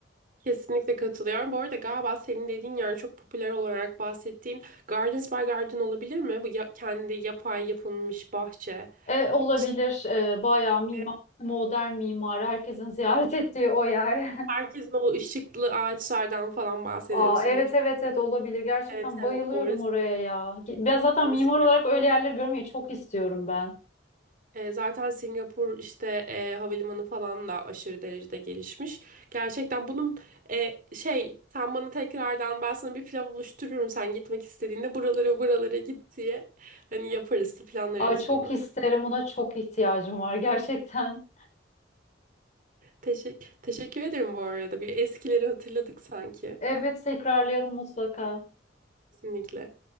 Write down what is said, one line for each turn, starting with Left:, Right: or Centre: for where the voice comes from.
Right: Kesinlikle katılıyorum. Bu arada galiba senin dediğin yani çok popüler olarak bahsettiğin Gardens by Garden olabilir mi? Bu ya- kendi yapay yapılmış bahçe.
Left: E, olabilir.
Right: İşte,
Left: E, bayağı mimar
Right: evet,
Left: modern mimarı herkesin ziyaret ettiği o yer. <laughs>
Right: herkesin o ışıklı ağaçlardan falan bahsediyorsun
Left: Aa, evet
Right: muhtemelen.
Left: evet evet olabilir. Gerçekten
Right: Evet
Left: bayılıyorum
Right: evet orası.
Left: oraya ya. Ben zaten
Right: orası
Left: mimar
Right: gerçekten.
Left: olarak öyle yerleri görmeyi çok istiyorum ben.
Right: Ee, zaten Singapur işte e, havalimanı falan da aşırı derecede gelişmiş. Gerçekten bunun e, şey sen bana tekrardan ben sana bir plan oluştururum sen gitmek istediğinde buralara buralara git diye. Hani yaparız planlarız
Left: Ay çok
Right: bunu.
Left: isterim. Ona çok ihtiyacım var gerçekten.
Right: Teşekkür, teşekkür ederim bu arada. Bir eskileri hatırladık sanki.
Left: Evet tekrarlayalım mutlaka.
Right: Kesinlikle.